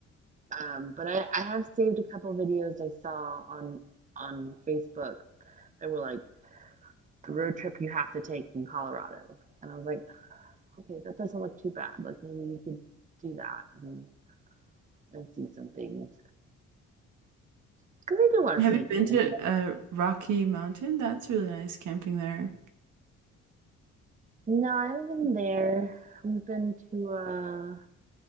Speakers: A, on the right; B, on the right.
A: Um, but I, I have saved a couple videos I saw on on Facebook that were like the road trip you have to take in Colorado. And I was like, okay, that doesn't look too bad. Like maybe we could do that and, and see some things. Because I do want
B: Have
A: to see
B: you
A: things.
B: been to uh, Rocky Mountain? That's really nice camping there.
A: No, I haven't been there. We've been to uh